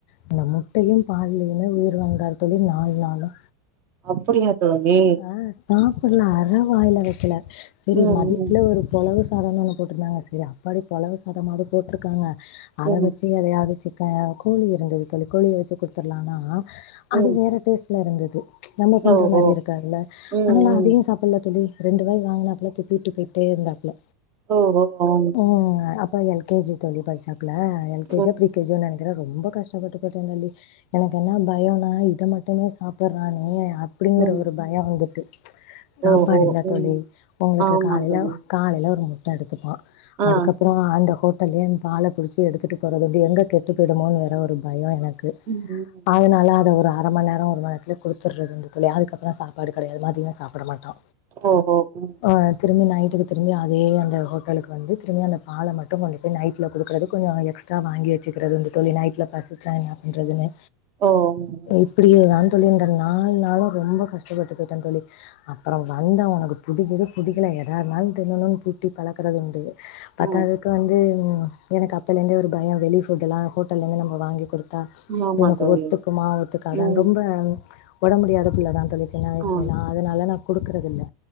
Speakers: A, on the left; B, on the right.
A: அந்த முட்டையு பால்லையுமே உயிர் வாழ்ந்தாரு தோழி நால் நாளா
B: அப்படிங்களா தோழி
A: ஆ சாப்பிட்ல அர வாயில வைக்கல செரி
B: ம்
A: மதியத்துல
B: ம்
A: ஒருப் பொலவு சாதம்ன்னு ஒன்னு போட்ருந்தாங்க சேரி அப்பாடி பொலவு சாதமாது போட்ருக்காங்க அத
B: ம்
A: வச்சு எதையாவது சிக்ககு இருந்துது தோழி கோழிய வச்சு குடுத்துடலானா அது
B: ம்
A: வேற டேஸ்ல இருந்தது ம்ச் நம்ம பண்ற
B: ஓஹோ
A: மாரி இருக்காதுல்ல
B: ம்
A: ஆனாலு
B: ம்
A: அதயு சாப்பில்ல தோழி ரெண்டு வாய் வாங்னாப்புல துப்பிட்டு போயிட்டே இருந்தாப்புல
B: ஓஹோ <inaudible>
A: ம். அப்ப L K G U K G படிசாப்பில எ கே
B: ம்
A: ஜியோ ப்ரி கே ஜு யோனு நனைக்கிற ரொம்ப கஷ்டபட்டு போய்டே தோழி எனக்கு என்ன பயோனா இத மட்டுமே சாப்பிடுறானே அப்டிங்கற
B: ம்
A: ஒரு பயோ வந்துட்டு ம்ச் சாப்பாடு
B: ஓஹோ
A: இல்லா தோழி
B: ம்
A: உங்களுக்கு
B: ஆமா
A: காலைல
B: தோழி
A: காலைல ஒரு முட்ட எடுத்துப்பா
B: ஆ
A: அதுக்கப்புற அந்த ஹோட்டல்லயே இவ பால புடிச்சு எடுதிட்டு போறது இது எங்க கெட்டு போய்டுமோனு வேற ஒரு பயோ எனக்கு
B: ம்
A: அதனால அத ஒரு அர மண் நேரோ ஒரு மண்நேரத்துலே குடுத்துடுறதுங்க தோழி அதுக்கப் புறோ சாப்பாடு கடயாது மதியோ சாப்பிட மாட்டா
B: ஓஹோ ம்
A: அ திரும்பி நைட்டுக்கு திரும்பி அதே அந்த ஹோட்டலுக்கு வந்து திரும்பி அந்த பால மட்டு கொண்டுட்டு நைட்ல கொடுக்கறதுக்கு கொஞ்சோ அங்க எக்ஸ்ட் ட்றா வாங்கி வச்சிக்கிறதுங்க தோழி நைட்ல பசிச்சா என்ன பண்றதுன்னு
B: ஓ ம்ம்
A: இப்படியே தா தோழி இந்த நாலு நாளு ரொம்ப கஷ்டப்பட்டு போயிட்டோ தோழி அப்புறோ வந்தா உனக்கு புடிக்குது புடிக்கல எதா இருந்தாலு தின்ணும்னு புட்டி பழக்கறது உண்டு பாத்தாதுக்கு
B: ம்
A: வந்து ம் எனக்கு அப்பலேந்தே ஒரு பயோ வெளி ஃபுட் எல்லாம ஹோட்டல்லந்து நம்ம வாங்கி குடுத் தா
B: ம் ஆமா
A: இவனுக்கு
B: தோழி
A: ஒத்துக்குமா ஒத்துக்கான்னு
B: ம் ம்
A: ரொம்ப ஒடம் முடியாத புள்ளதா தோழி சின்ன வயசுலெல்லா
B: ஆ
A: அதனால நா குடுக்குறது இல்ல